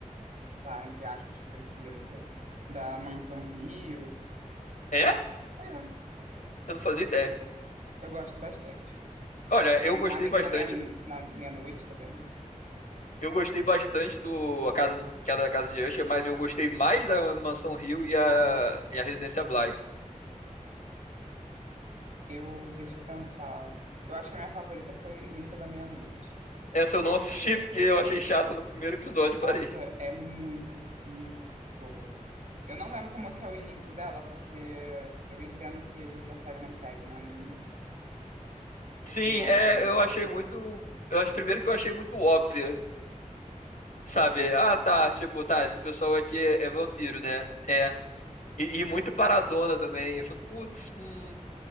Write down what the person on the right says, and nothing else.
sei lá, entre aspas, franquia, não sei. Da Mansão Rio.
É,
eu gosto bastante.
É, tem
A Missa
da Meia- na Meia-Noite também.
Eu, deixa eu pensar. Eu acho que a minha favorita foi Missa da Meia-Noite.
Nossa, é muito, muito boa. Eu não lembro como é que é o início dela, porque eu entendo que às vezes a série não pega, né, no início.
Mas,
pô, não.